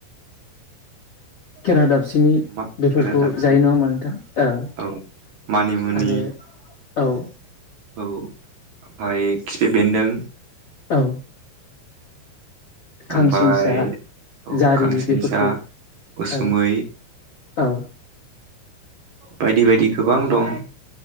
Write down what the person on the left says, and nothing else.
केरादाफिन फिनि
बेफोरखौ
जायो नङा होमा नोंथां आरो
औ आरो औ।
औ। खांसिंसा
जारि
बेफोरखौ
औ। औ।